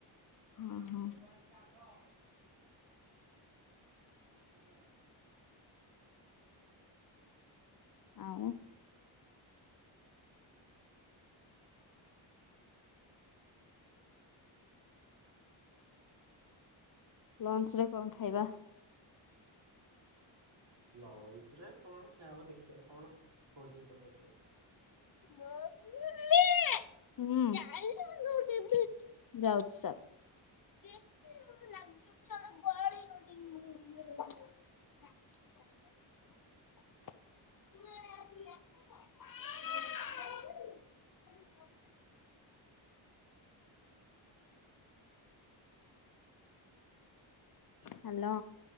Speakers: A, on the left; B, on the right.
A: ହଁ
B: ଆ
A: ହଁ।
B: ବେହୁ ଦୁଆରିକ ଆସ। ଆ ଛ।
A: ଆଉ? ଲଞ୍ଚ ରେ କଣ ଖାଇବା?
B: ଲଞ୍ଚ ରେ କଣ ଖିଆ ହବ ଦେଖିବା କଣ ହଉଛି ଏପଟେ ରୋଷେଇ।
A: ଚାଲ। ଯାଉଚି ଚାଲ ଲ ଗଳ। <unintelligible> <unintelligible> ହ୍ୟାଲୋ।